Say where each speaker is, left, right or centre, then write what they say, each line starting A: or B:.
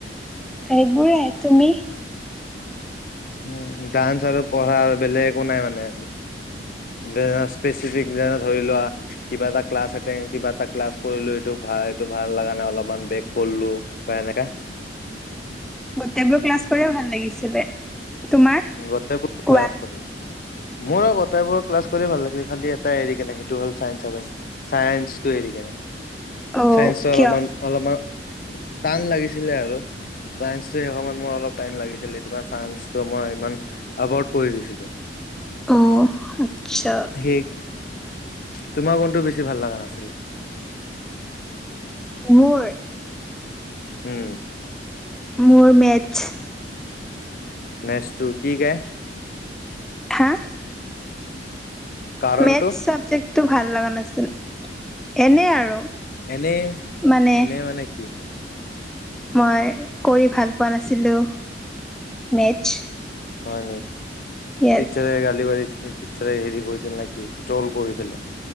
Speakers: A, in the centre; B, on the left.
A: এইবোৰে তুমি?
B: উম' ডান্স আৰু পঢ়া আৰু বেলেগ একো নাই মানে? যে স্পেচিফিক যেনে ধৰি লোৱা। কিবা এটা ক্লাছ এটেন, কিবা এটা ক্লাছ কৰিলোঁ, সেইটো সেইটো ভাল লগা নে অলপমান ব্ৰেক কৰিলোঁ। কিবা এনেকা।
A: গোটেইবোৰ ক্লাছ কৰিয়ে ভাল লাগিছিলে। তোমাৰ?
B: গোটেইবোৰ
A: কোৱা।
B: ক্লাছ কৰে। মোৰো গোটাইবোৰ ক্লাছ কৰি ভাল লাগে, খালি এটা এৰি কেনে সেইটো হ'ল চাইঞ্চ আৰু চায়ন্সটো এৰি কি,
A: অ',
B: চায়ন্সটো
A: কিয়?
B: অলপমান, অলপমান। টান লাগিছিলে আৰু চাইঞ্চটো সেই সময়ত মোৰ অলপ টাইম লাগিছিলে, সেইটো কাৰণে চাইঞ্চটো মই আবৰ্ড কৰি দিছিলো।
A: অ', আচ্ছা
B: সেই তোমাৰ কোনটো বেছি ভাল লগা নাছিলে?
A: মোৰ?
B: উম।
A: মোৰ মেথছ।
B: মেথছটো কি গাই?
A: হা?
B: কাৰণটো
A: মেথছ চাবজেক্টটো ভাল লগা নাছিল, এনে আৰু।
B: এনে,
A: মানে
B: এনে মানে কি?
A: মই কৰি ভাল পোৱা নাছিলো, মেথছ।
B: হয় নি,
A: য়েছ
B: টিচৰে গাত হেৰি কৰিছিল নেকি, ট্ৰল কৰিছিল,